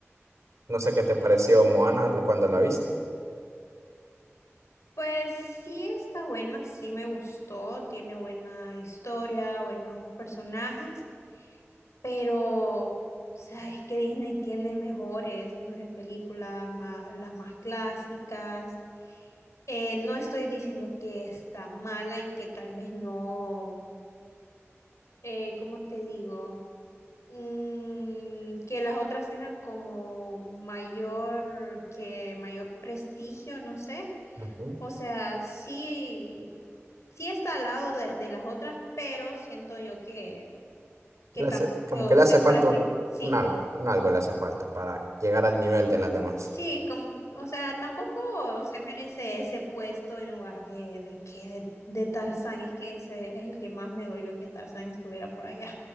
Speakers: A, on the right; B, on the left.
A: No sé qué te
B: Mm,
A: pareció Moana la- cuando la viste.
B: Pues sí está buena, sí me gustó, tiene buena historia, buenos personajes, pero, o sea, es que Disney tiene mejores, mejores películas, ma- las más clásicas. Eh, no estoy diciendo que está mala y que tal vez no, eh, ¿cómo te digo? Mm, que las otras tengan como mayor, que mayor prestigio, no sé.
A: Ujú.
B: O sea, sí, sí está al lado de, de las otras, pero siento yo que, que
A: Le
B: tampoco
A: hace- como que le hace
B: es para
A: falta
B: que,
A: un,
B: sí,
A: un algo, un algo le hace falta para llegar al nivel de las demás.
B: sí, como, o sea, tampoco se merece ese puesto en lugar de, de que de, de Tarzán, es que ese es el que más me dolió que Tarzán estuviera por allá.